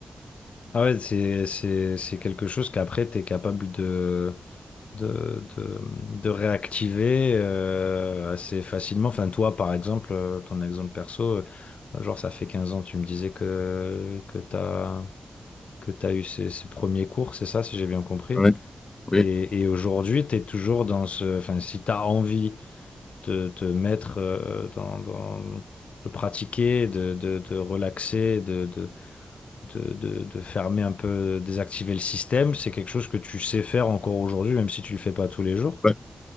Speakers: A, on the left (about 65°); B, on the left (about 25°).
A: Ah ouais, c'est, c'est, c'est quelque chose qu'après, tu es capable de, de, de, de réactiver euh, assez facilement. Enfin, toi, par exemple, euh, ton exemple perso, euh, genre, ça fait 15 ans, tu me disais que, que tu as que tu as eu ces, ces premiers cours, c'est ça, si j'ai bien compris.
B: Ouais. Oui,
A: Et, et aujourd'hui, tu es toujours dans ce... Enfin, si tu as envie de te mettre euh, dans, dans- de pratiquer, de, de, de relaxer, de, de, de, de, de fermer un peu, désactiver le système, c'est quelque chose que tu sais faire encore aujourd'hui, même si tu le fais pas tous les jours.
B: ouais.